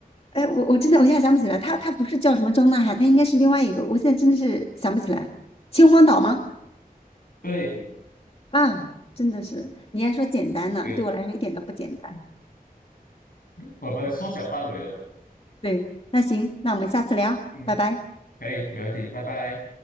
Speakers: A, on the left (about 40°); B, on the left (about 70°).
A: 哎，我我真的我一下想不起来，它它不是叫什么张大海，它应该是另外一个，我现在真的是想不起来，秦皇岛吗？
B: 对
A: 啊，真的是，你还说简单呢，
B: 对，
A: 对我来说一点都不简单。
B: 我们缩小范围了嘛，
A: 对，那行，那我们下次聊，
B: 嗯，
A: 拜拜。
B: 可以，没问题，拜拜。